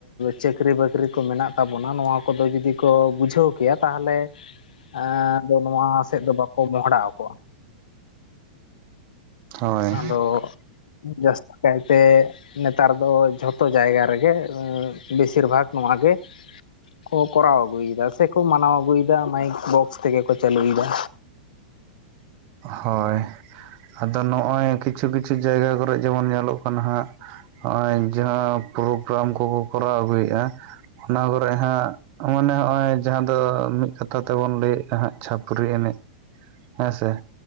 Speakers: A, on the left; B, on the right.
A: ᱪᱟᱹᱠᱨᱤ-ᱵᱟᱹᱠᱨᱤ ᱠᱚ ᱢᱮᱱᱟᱜ ᱛᱟᱵᱚᱱᱟ ᱱᱚᱣᱟ ᱠᱚᱫᱚ ᱡᱩᱫᱤ ᱠᱚ ᱵᱩᱡᱷᱟᱹᱣ ᱠᱮᱭᱟ ᱛᱟᱦᱚᱞᱮ ᱮᱸ ᱫᱚ ᱱᱚᱣᱟ ᱥᱮᱫ ᱫᱚ ᱵᱟᱠᱚ ᱢᱚᱦᱚᱰᱟᱣ ᱠᱚᱜ-ᱟ᱾
B: ᱦᱳᱭ
A: ᱟᱫᱚ ᱡᱟᱹᱥᱛᱤ ᱠᱟᱭᱛᱮ ᱱᱮᱛᱟᱨ ᱫᱚ ᱡᱷᱚᱛᱚ ᱡᱟᱭᱜᱟ ᱨᱮᱜᱮ ᱵᱮᱥᱤᱨ ᱵᱷᱟᱜᱽ ᱱᱚᱣᱟ ᱜᱮ ᱠᱚ ᱠᱚᱨᱟᱣ ᱟᱹᱜᱩᱭ ᱮᱫᱟ ᱥᱮᱠᱚ ᱢᱟᱱᱟᱣ ᱟᱹᱜᱩᱭ ᱮᱫᱟ ᱢᱟᱹᱭᱤᱠ ᱵᱚᱠᱥ ᱛᱮᱜᱮ ᱠᱚ ᱪᱟᱹᱞᱩᱭ ᱮᱫᱟ᱾
B: ᱦᱳᱭ ᱟᱫᱚ ᱱᱚᱜ-ᱚᱭ ᱠᱤᱪᱷᱩ ᱠᱤᱪᱷᱩ ᱡᱟᱭᱜᱟ ᱠᱚᱨᱮ ᱡᱮᱢᱚᱱ ᱧᱮᱞᱚᱜ ᱠᱟᱱᱟ ᱦᱟᱸᱜ ᱦᱚᱜ-ᱚᱭ ᱡᱟᱦᱟᱸ ᱯᱨᱳᱜᱨᱟᱢ ᱠᱚᱠᱚ ᱠᱚᱨᱟᱣ ᱟᱹᱜᱩᱭ ᱮᱫ-ᱟ ᱚᱱᱟ ᱠᱚᱨᱮᱜ ᱦᱟᱸᱜ ᱢᱟᱱᱮ ᱦᱚᱜ-ᱚᱭ ᱡᱟᱦᱟᱸ ᱫᱚ ᱢᱤᱫ ᱠᱟᱛᱷᱟ ᱛᱮᱵᱚᱱ ᱞᱟᱹᱭᱮᱜ-ᱟ ᱦᱟᱸᱜ ᱪᱷᱟᱹᱯᱨᱤ ᱮᱱᱮᱡ ᱦᱮᱸ ᱥᱮ